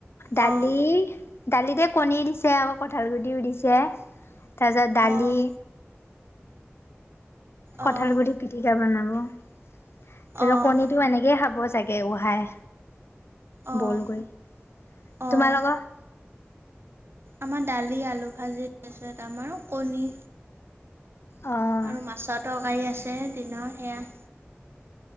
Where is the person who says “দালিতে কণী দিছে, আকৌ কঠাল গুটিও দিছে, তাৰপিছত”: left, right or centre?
Left